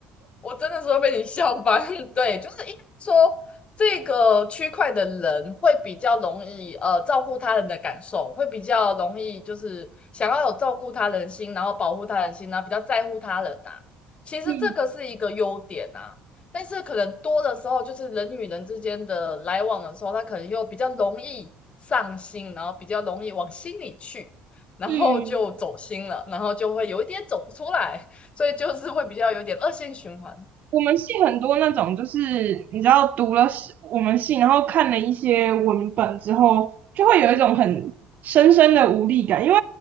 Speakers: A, on the left (about 35°); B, on the right (about 55°).
A: 我真的是会被你笑翻。<laughs> 对，就是应该说这个区块的人会比较容易呃照顾他人的感受，会比较容易就是想要有照顾他人心，然后保护他人心，然后比较在乎他人啊。其实这个是一个优点啊，
B: 嗯
A: 但是可能多的时候就是人与人之间的来往的时候，他可能又比较容易上心，然后比较容易往心里去，然后就走心了，
B: 嗯。
A: 然后就会有一点走不出来。所以就是会比较有点恶性循环。
B: 我们系很多那种，就是你知道读了我们系，然后看了一些文本之后，就会有一种很深深的无力感，因为